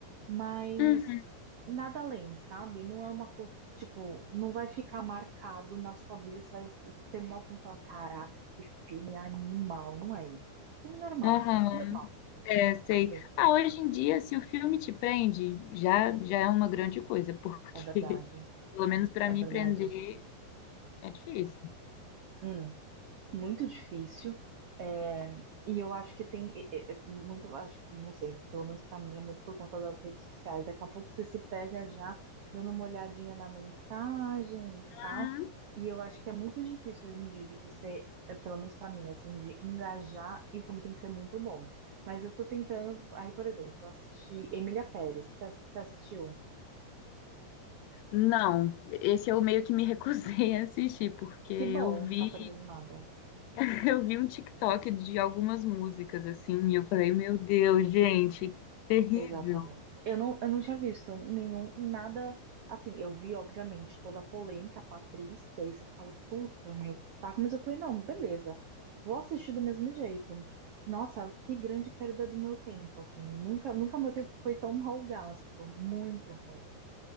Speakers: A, on the right; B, on the left.
A: mas
B: uhum,
A: nada além, sabe? Não é uma, co- tipo, não vai ficar marcado na sua vida, você vai terminar o filme e falar, caraca, que filme animal, não é isso. Filme normal,
B: aham,
A: normal,
B: é, sei.
A: sim.
B: Ah, hoje em dia, se o filme te prende, já, já é uma grande coisa, porque,
A: é verdade,
B: <laughs> pelo menos para
A: é
B: mim,
A: verdade.
B: prender é difícil.
A: Hum. muito difícil. é, e eu acho que tem é, é, muito, acho, não sei, pelo menos pra mim é muito por conta das redes sociais. Daqui a pouco você se pega já dando uma olhadinha na mensagem e tal.
B: Hum,
A: E eu acho que é muito difícil hoje em dia de você, é, pelo menos pra mim, assim, de engajar e o filme tem que ser muito bom. Mas eu tô tentando, aí, por exemplo, eu assisti Emília Pérez, você ass- você assistiu?
B: Não, esse eu meio que me <laughs> recusei a assistir, porque
A: Que
B: eu
A: bom,
B: vi,
A: não tá perdendo nada.
B: <laughs> Eu vi um TikTok de algumas músicas, assim, e eu falei, meu Deus, gente, terrível.
A: Exatamente. Eu não, eu não tinha visto nenhum, nada. Assim, eu vi, obviamente, toda a polêmica com a atriz, que aí você fala, puta, meu, que saco. Mas eu falei, não, beleza, vou assistir do mesmo jeito. Nossa, que grande perda do meu tempo, assim. Nunca, nunca meu tempo foi tão mal gasto. Muito ruim.